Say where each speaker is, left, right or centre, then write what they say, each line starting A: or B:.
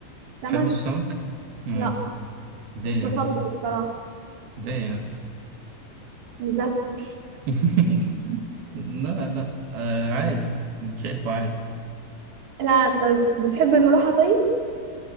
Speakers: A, on the right; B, on the right.
A: السمك
B: تحب السمك؟ مم.
A: لا
B: ليه
A: مش بفضله
B: يعني؟
A: بصراحة
B: ليه يعني؟
A: مزفر
B: <laughs> لا لا آه عادي شايفه عادي
A: لا طب بتحب الملوحة طيب؟